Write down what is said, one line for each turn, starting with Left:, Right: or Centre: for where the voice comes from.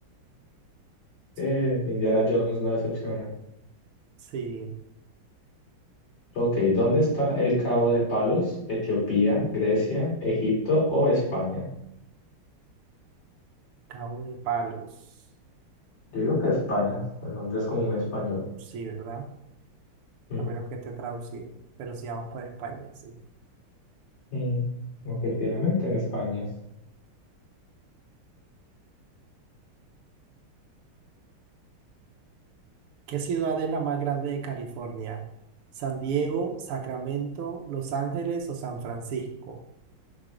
Right: Sí.
Left: Eh, Indiana Jones no decepciona.
Right: Sí,
Left: Ok, ¿dónde está el Cabo de Palos? ¿Etiopía, Grecia, Egipto o España?
Right: Cabo de Palos.
Left: Yo digo que España. El nombre es como muy español.
Right: Sí, ¿verdad?
Left: Mm,
Right: A menos que esté traducido. Pero si vamos para España, sí.
Left: mm, Efectivamente, en España.
Right: ¿Qué ciudad es la más grande de California? ¿San Diego, Sacramento, Los Ángeles o San Francisco?